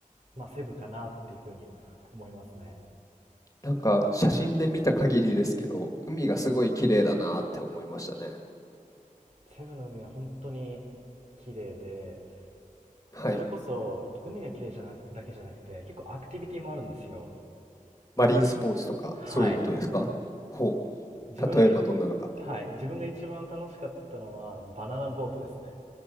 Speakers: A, on the right; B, on the left.
A: まあ、セブかなっていうふうに思いますね。
B: なんか写真で見た限りですけど、海がすごい綺麗だなって思いましたね。
A: セブの海は本当に綺麗で、
B: はい。
A: それこそ海が綺麗じゃな、だけじゃなくて、結構アクティビティもあるんですよ。
B: マリンスポーツとか、
A: はい。
B: そういうことですかほう。
A: 自分がい、
B: 例えばどんなのが。
A: はい。自分が一番楽しかったのはバナナボートですね。